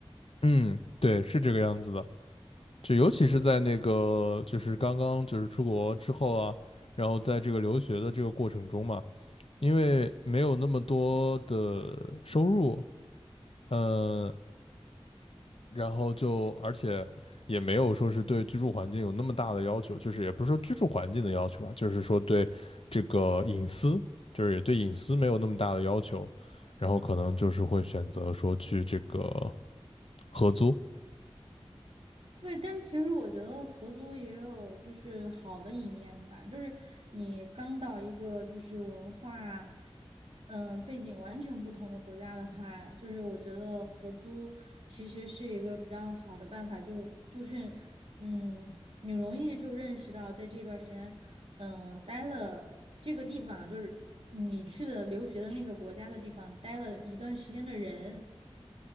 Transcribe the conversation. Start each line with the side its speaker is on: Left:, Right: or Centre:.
Left: 嗯，对，是这个样子的。就尤其是在那个就是刚刚就是出国之后啊。然后在这个留学的这个过程中嘛，因为没有那么多的收入，嗯，然后就而且也没有说是对居住环境有那么大的要求，就是也不是说居住环境的要求吧，就是说对这个隐私，就是也对隐私没有那么大的要求，然后可能就是会选择说去这个合租，
Right: 对，但是其实我觉得合租也有就是好的一面吧，就是你刚到一个就是文化，嗯、背景完全不同的国家的话，就是我觉得合租其实是一个比较好的办法，就就是嗯，你容易就认识到在这段时间，嗯、待了这个地方，就是你去的留学的那个国家的地方待了一段时间的人。